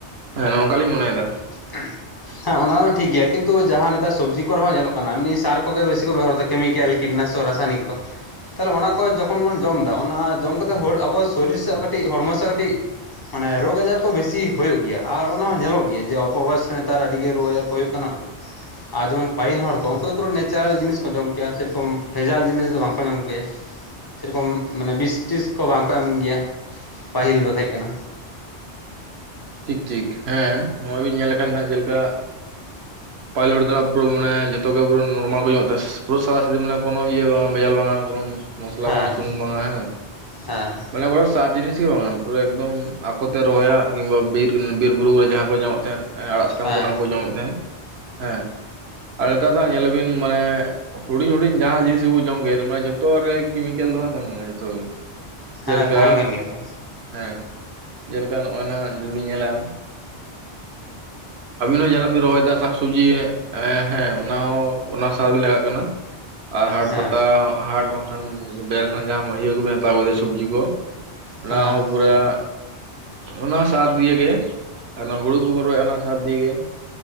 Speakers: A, on the right (about 70°); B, on the left (about 25°).
A: ᱦᱮᱸᱜ ᱱᱚᱝᱠᱟᱞᱤᱧ ᱢᱚᱱᱮᱭ ᱮᱫᱟ
B: ᱦᱮᱸ ᱦᱮᱸ ᱚᱱᱟ ᱫᱚ ᱴᱷᱤᱠ ᱜᱮᱭᱟ ᱠᱤᱱᱛᱩ ᱡᱟᱦᱟᱸ ᱱᱮᱛᱟᱨ ᱥᱚᱵᱡᱤ ᱠᱚᱨᱮ ᱦᱚᱸ ᱧᱮᱞᱚᱜ ᱠᱟᱱᱟ ᱮᱢᱱᱤ ᱥᱟᱨ ᱠᱚᱜᱮ ᱵᱮᱥᱤ ᱠᱚ ᱵᱮᱵᱚᱦᱟᱨ ᱮᱫᱟ ᱠᱮᱢᱤᱠᱮᱞ ᱠᱤᱴᱱᱟᱥᱚᱠ ᱨᱟᱥᱟᱭᱟᱱᱤᱠ ᱠᱚ ᱛᱟᱦᱚᱞᱮ ᱚᱱᱟ ᱠᱚ ᱡᱚᱠᱷᱚᱱ ᱵᱚᱱ ᱡᱚᱢ ᱮᱫᱟ ᱚᱱᱟ ᱡᱚᱢ ᱠᱟᱛᱮᱫ ᱦᱚᱲ ᱟᱵᱚ ᱥᱚᱨᱤᱨ ᱥᱮᱫ ᱠᱟᱹᱴᱤᱡ ᱦᱚᱲᱢᱚ ᱥᱮᱫ ᱠᱟᱹᱴᱤᱡ ᱢᱟᱱᱮ ᱨᱳᱜᱽ ᱟᱡᱟᱨ ᱠᱚ ᱵᱮᱥᱤ ᱦᱩᱭᱩᱜ ᱜᱮᱭᱟ ᱟᱨ ᱚᱱᱟ ᱧᱮᱞᱚᱜ ᱜᱮᱭᱟ ᱡᱮ ᱚᱠᱛᱚ ᱵᱚᱭᱮᱥ ᱨᱮ ᱱᱮᱛᱟᱨ ᱟᱹᱰᱤ ᱜᱮ ᱨᱳᱜ ᱟᱡᱟᱨ ᱠᱚ ᱦᱩᱭᱩᱜ ᱠᱟᱱᱟ ᱟᱨ ᱡᱮᱢᱚᱱ ᱯᱟᱦᱤᱞ ᱦᱚᱲ ᱠᱚ ᱩᱱᱠᱩ ᱫᱚ ᱯᱩᱨᱟᱹ ᱱᱮᱪᱟᱨᱮᱞ ᱡᱤᱱᱤᱥ ᱠᱚ ᱡᱚᱢ ᱠᱮᱭᱟ ᱥᱮᱨᱚᱠᱚᱢ ᱵᱷᱮᱡᱟᱞ ᱡᱤᱱᱤᱥ ᱫᱚ ᱵᱟᱝᱠᱚ ᱡᱚᱢ ᱠᱮᱭᱟ ᱥᱮᱨᱚᱠᱚᱢ ᱢᱟᱱᱮ ᱵᱤᱥ ᱴᱤᱥ ᱠᱚ ᱵᱟᱝ ᱠᱚ ᱮᱢ ᱜᱮᱭᱟ ᱯᱟᱹᱦᱤᱞ ᱫᱚ ᱛᱟᱦᱮᱸ ᱠᱟᱱᱟ
A: ᱴᱷᱤᱠ ᱴᱷᱤᱠ ᱦᱮᱸ ᱱᱚᱣᱟ ᱵᱤᱱ ᱧᱮᱞ ᱞᱮᱠᱷᱟᱱ ᱦᱟᱜ ᱡᱮᱞᱮᱠᱟ ᱯᱟᱦᱤᱞ ᱦᱚᱲ ᱫᱚ ᱯᱩᱨᱟᱹ ᱢᱟᱱᱮ ᱡᱚᱛᱚ ᱜᱮ ᱯᱩᱨᱟᱹ ᱱᱚᱨᱢᱟᱞ ᱠᱚ ᱡᱚᱢᱮᱜ ᱛᱟᱦᱮᱫ ᱯᱩᱨᱟᱹ ᱥᱟᱫᱟ ᱥᱤᱫᱟᱹ ᱠᱚᱱᱚ ᱤᱭᱟᱹ ᱵᱟᱝᱟ ᱵᱷᱮᱡᱟᱞ ᱵᱟᱝᱟ ᱠᱳᱱᱳ ᱢᱚᱥᱞᱟ
B: ᱦᱮᱸ
A: ᱵᱟᱝᱟ ᱥᱩᱱᱩᱢ ᱵᱟᱝᱟ ᱦᱮᱸ
B: ᱦᱮᱸ
A: ᱚᱱᱟ ᱠᱚ ᱥᱟᱨ ᱡᱤᱱᱤᱥ ᱜᱮ ᱵᱟᱝᱟ ᱯᱩᱨᱟᱹ ᱮᱠᱫᱚᱢ ᱟᱠᱚᱛᱮ ᱨᱚᱦᱚᱭᱟ ᱠᱤᱱᱵᱟ ᱵᱤᱨ ᱵᱤᱨ ᱵᱩᱨᱩ ᱠᱚᱨᱮ ᱡᱟᱦᱟᱸ ᱠᱚ ᱧᱟᱢᱚᱜ ᱛᱟᱦᱮᱸᱫ ᱮᱸ ᱟᱲᱟᱜ ᱥᱟᱠᱟᱢ
B: ᱦᱮᱸ
A: ᱠᱚ ᱚᱱᱟ ᱠᱚ ᱡᱚᱢᱮᱫ ᱛᱟᱦᱮᱸᱱ ᱦᱮᱸ ᱟᱨ ᱱᱮᱛᱟᱨ ᱫᱚ ᱦᱟᱜ ᱧᱮᱞ ᱟᱵᱤᱱ ᱢᱟᱱᱮ ᱦᱩᱰᱤᱧ ᱦᱩᱰᱤᱧ ᱡᱟᱦᱟᱸ ᱡᱤᱱᱤᱥ ᱜᱮᱵᱚ ᱡᱚᱢ ᱠᱮᱫ ᱢᱟᱱᱮ ᱡᱚᱛᱚ ᱟᱜ ᱨᱮᱜᱮ ᱠᱮᱢᱤᱠᱮᱞ ᱫᱚ ᱦᱟᱸᱜ ᱛᱟᱦᱮᱱ ᱠᱟᱱᱟ ᱡᱚᱛᱚ ᱜᱮ
B: ᱦᱮᱸ
A: ᱡᱮᱞᱮᱠᱟ
B: ᱛᱟᱦᱮᱱ ᱠᱟᱱ ᱜᱮᱭᱟ ᱛᱚ
A: ᱦᱮᱸ ᱡᱮᱞᱮᱠᱟ ᱱᱚᱜᱚᱭ ᱱᱟᱜ ᱡᱩᱜᱤᱧ ᱧᱮᱞᱟ ᱟᱵᱤᱱ ᱦᱚᱸ ᱡᱟᱦᱟᱱᱟᱜ ᱵᱤᱱ ᱨᱚᱦᱚᱭ ᱮᱫᱟ ᱥᱟᱠ ᱥᱚᱵᱡᱤ ᱦᱮᱸ ᱚᱱᱟᱦᱚᱸ ᱚᱱᱟ ᱥᱟᱨ ᱵᱤᱱ ᱞᱟᱜᱟᱜ ᱠᱟᱱᱟ? ᱟᱨ ᱦᱟᱴ
B: ᱦᱮᱸ
A: ᱯᱟᱛᱟ ᱦᱟᱴ ᱵᱟᱝ ᱠᱷᱟᱱ ᱵᱟᱡᱟᱨ ᱠᱷᱚᱱᱟᱜ ᱡᱟᱦᱟᱸ ᱤᱭᱟᱹ ᱠᱚᱵᱮᱱ ᱦᱟᱛᱟᱣ ᱟᱹᱜᱩᱭᱟ ᱥᱚᱵᱽᱡᱤ ᱠᱚ᱾ ᱚᱱᱟᱦᱚᱸ
B: ᱦᱮᱸ
A: ᱯᱩᱨᱟᱹ ᱚᱱᱟ ᱥᱟᱨ ᱫᱤᱭᱮ ᱜᱮ ᱟᱨ ᱦᱩᱲᱩ ᱠᱚᱵᱚᱱ ᱨᱚᱦᱚᱭᱟ ᱚᱱᱟ ᱥᱟᱨ ᱫᱤᱜᱮ